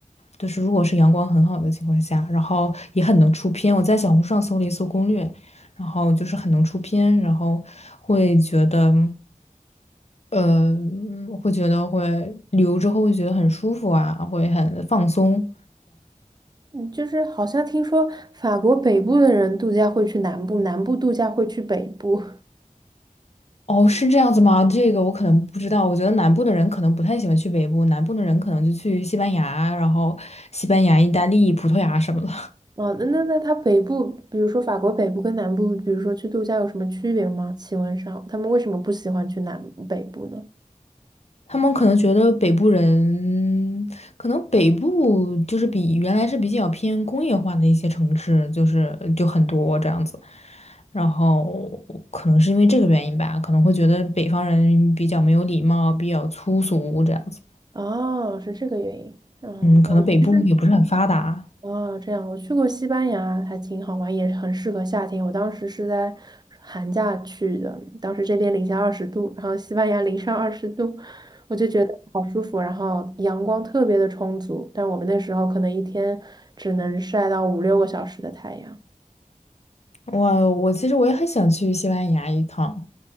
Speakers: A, on the left; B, on the right.
A: 就是如果是阳光很好的情况下，然后也很能出片。我在小红书上搜了一搜攻略，然后就是很能出片，然后会觉得，呃，会觉得会旅游之后会觉得很舒服啊，会很放松。
B: 嗯，就是好像听说法国北部的人度假会去南部，南部度假会去北部。
A: 哦，是这样子吗？这个我可能不知道。我觉得南部的人可能不太喜欢去北部，南部的人可能就去西班牙，然后西班牙、意大利、葡萄牙什么的。
B: 哦，那那那它北部，比如说法国北部跟南部，比如说去度假有什么区别吗？气温上，他们为什么不喜欢去南北部呢？
A: 他们可能觉得北部人，可能北部就是比原来是比较偏工业化的一些城市，就是就很多这样子，然后可能是因为这个原因吧，可能会觉得北方人比较没有礼貌，比较粗俗这样子。
B: 哦，是这个原因。嗯，
A: 嗯，可能北部也不是很发达。
B: 我其实哦，这样我去过西班牙，还挺好玩，也很适合夏天。我当时是在寒假去的，当时这边零下二十度，然后西班牙零上二十度，我就觉得好舒服，然后阳光特别的充足。但我们那时候可能一天只能晒到五六个小时的太阳。
A: 我我其实我也很想去西班牙一趟。